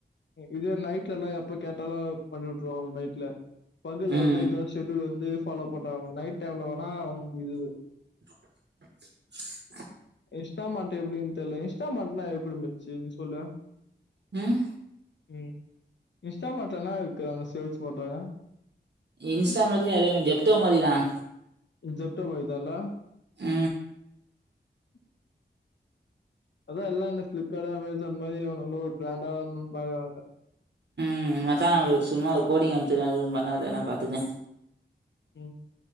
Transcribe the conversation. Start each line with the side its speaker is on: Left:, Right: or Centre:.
Left: இது நைட்ல எல்லாம் எப்ப கேட்டாலு பண்ணி விட்டுருவாங்க நைட்ல பகல
Right: ம்
Left: வந்து இதா ஷெடூல் வந்து ய்லி ஃபாலோ போட்டா நைட் டைம்ல வேணா இது
Right: <inaudible>
Left: இன்ஸ்டாமார்ட் எப்டின்னு தெர்ல இன்ஸ்டாமார்ட்னா எப்டிமச்சி நீ சொல்ல
Right: ம்
Left: ம் இன்ஸ்டாமெண்ட்லன இருக்குறாங்க சேல்ஸ் பண்றாங்க
Right: இன்ஸ்டா மாதிரிலாம் அதே மாதிரி ஜெப்டோ மாதிரி தான்
Left: ஜப்டோ மாதிதன்னா
Right: அ
Left: <inaudible> அதா எல்லாம் இந்த ஃபிளிப்கார்ட் அமேசான் மாதிரி இவனுவளு ஒரு ப்ராண்டா வர்ணும்னு பாக்குறாங்க
Right: ம் மச்சா ஒரு சும்மா ஒரு கோடிங் அமுச்சுருக்கே அது எது பண்ணாத நா பாத்துக்ரே
Left: ம்